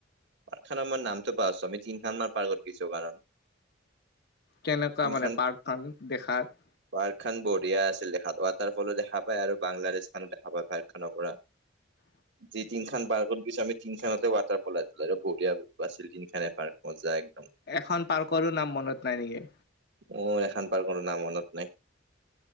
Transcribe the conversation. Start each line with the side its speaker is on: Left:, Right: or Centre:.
Right: পাৰখা নাম্বৰ নামটো পোৱাছো আমি চমিটিংখানমাৰ পাৰ্কত গৈছো কাৰণ
Left: কেনেকুৱা
Right: তিনখান
Left: মানে পাৰ্থান দেখাত
Right: পাৰ্ক খান বঢ়িয়া আছিল দেখা তাৰ ৱাটাৰফলো দেখা পায় আৰু বাংলাদেশ খান দেখা পায় পাইথানৰ পৰা
Left: উ
Right: যি তিন খান পাৰ্কত দিছো আমি তিনি খানাতে ৱাটাৰ পলাই তলাই আৰু বঢ়িয়া বাছিল টতিখানে পাৰ্ মজাক
Left: এখন পাৰ্কৰো নাম মনত নাই নেকি
Right: মোৰ এখন পাৰ্কৰো নাম মনত নাই।